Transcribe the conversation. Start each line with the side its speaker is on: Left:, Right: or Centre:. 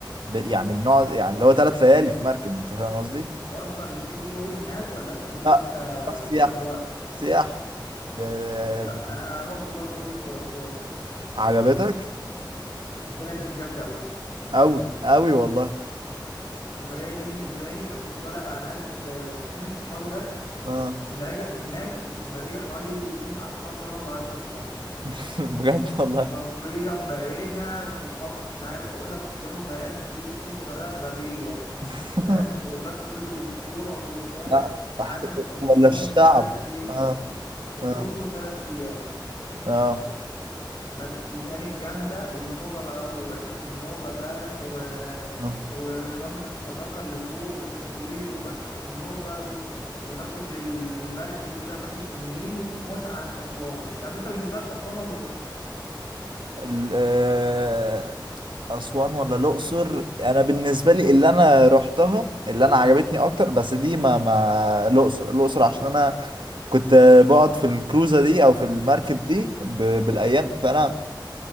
Right: ب- يعني بنقعد يعني اللي هو ثلاث ليالي في مركب انت فاهم قصدي؟
Left: انتوا اصلا ليكوا شغل هناك ولا انت بتروح
Right: لا
Left: ك
Right: بنروح سياحة
Left: بتقضي وقت؟
Right: سياحة ب...
Left: لا
Right: ب-
Left: انا رحت برضه الاقصر واسوان
Right: عجبتك؟
Left: البلد دي جامده قوي
Right: أوي أوي والله
Left: السفريه دي بالنسبه لي انا كنت طالع مع ناس آه، اتنين صحابي بس
Right: اه
Left: انا راجع من هناك من السفريه حوالي تسعة صحاب كمان ولا 10 صحاب
Right: <laughs> بجد والله
Left: حرفيا بقينا صحاب مش عارف اقول لك صبيان وبنات بيستي بطريقه غبيه
Right: <laughs>
Left: فاهم خروجات كل اسبوع وبتاع
Right: لا
Left: قعدنا
Right: أحيي-
Left: في اسوان
Right: ولا الشعب
Left: ثلاث ايام
Right: اه
Left: وفي
Right: اه
Left: الاقصر ثلاث ايام
Right: اه,
Left: بس كانت جامدة والنوبة بقى وعشت النوبة فاهم و...
Right: آه.
Left: ورمز الصداقة اللي فوق والتصوير ومتحف النوبة و... وتاخد المركب كده يا باشا في النيل متعة أسوان أنت طب أنت بالنسبة لك أسوان ولا الأقصر؟
Right: ال- آه، أسوان ولا الأقصر أنا بالنسبة لي اللي أنا روحتها اللي أنا عجبتني أكتر بس دي ما ما الأقصر الأقصر عشان أنا كنت بقعد في الكروزة دي أو في المركب دي ب... بالأيام فأنا